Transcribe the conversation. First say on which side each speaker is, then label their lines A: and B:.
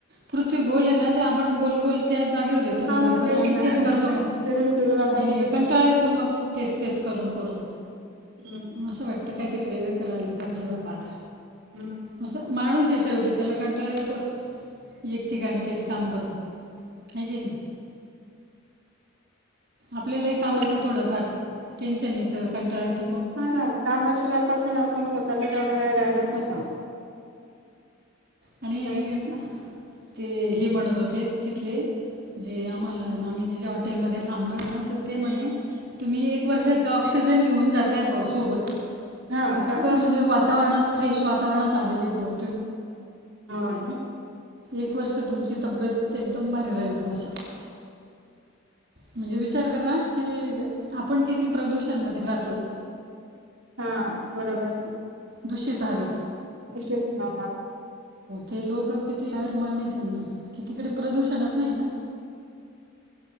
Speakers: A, on the right (about 55°); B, on the right (about 80°).
A: पृथ्वी गोले ना ते आप आपण गोलगोल त्या जागेवर येतो
B: हा
A: ना
B: मग
A: बरोबर आणि
B: ना
A: तेच करतो मग
B: फिरून फिरून आपण
A: आणि
B: तिथेच
A: कंटाळा येतो मग तेच तेस करून करून
B: हम्म.
A: असं वाटतं काहीतरी वेगळं करावलं पाहिजे बापा आता
B: हम्म
A: असं माणूस आहे शेवटी त्याला कंटाळा येतोच एक ठिकाणी तेच काम करून हेजन आपल्यालाही कामाच
B: बरोबर
A: थोडंफार टेन्शन येतं कंटाळा येत
B: हा ना कामाच्या बापतून आपण स्वतःला तेवडा वेळ द्यायलाच हवा
A: आणि
B: काय करणार
A: ते हे म्हण होत होते तिथले जे आम्हाला आम्ही तिच्या हॉटेलमध्ये थांबलो ना तर ते म्हणे तुम्ही एक वर्षाचा ऑक्सिजन घेऊन जाता आहे भा सोबत
B: हा आ
A: इतकं
B: का
A: म्हणजे वातावरणात फ्रेश वातावरणात आलेलेत ब
B: हो ना
A: एक वर्ष तुमची तब्येत एकदम भारी राहील असं म्हणजे विचार करा कि आपण किती प्रदूषण मध्ये राहतोय
B: हा बरोबर आहे
A: दूषित आहे
B: अशच ना
A: ते लोक किती अरमान त्यांना कि तिकडे प्रदूषणच नाही ना